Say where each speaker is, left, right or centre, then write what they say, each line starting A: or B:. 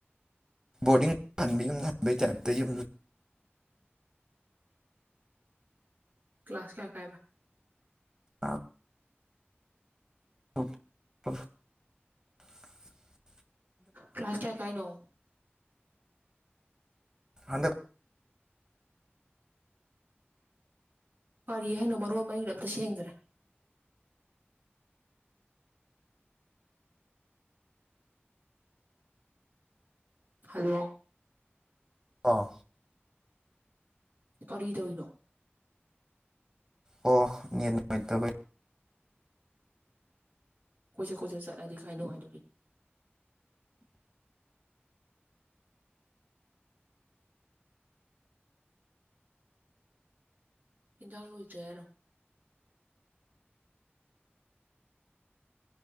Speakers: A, on the right (about 15°); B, on the right (about 45°).
A: ꯕꯣꯔꯗꯤꯡ ꯍꯟꯕ ꯌꯨꯝꯗ ꯍꯟꯕꯩ ꯇꯥꯏꯞꯇ ꯌꯨꯝ
B: ꯀ꯭ꯂꯥꯁ ꯀꯌꯥ ꯀꯥꯏꯕ
A: ꯑꯞ <unintelligible>
B: ꯀ꯭ꯂꯥꯁ ꯀꯌꯥ ꯀꯥꯏꯅꯣ
A: ꯍꯟꯗꯛ
B: ꯀꯔꯤ ꯍꯥꯏꯅꯣ ꯃꯔꯣꯟ ꯃꯔꯤꯒ ꯑꯝꯇ ꯁꯦꯡꯗ꯭ꯔꯦ ꯍꯜꯂꯣ
A: ꯑꯥ
B: ꯀꯔꯤꯗꯧꯋꯤꯅꯣ
A: ꯑꯣ ꯅꯦꯠ ꯅꯨꯡꯉꯥꯏꯇꯕꯩ
B: ꯀꯣꯏꯆꯠ ꯀꯣꯏꯆꯠ ꯆꯠꯂꯗꯤ ꯀꯥꯏ ꯅꯨꯡꯉꯥꯏꯗꯧꯔꯤ ꯏꯟꯖꯥꯡ ꯂꯣꯏꯗ꯭ꯔꯤ ꯍꯥꯏꯔꯣ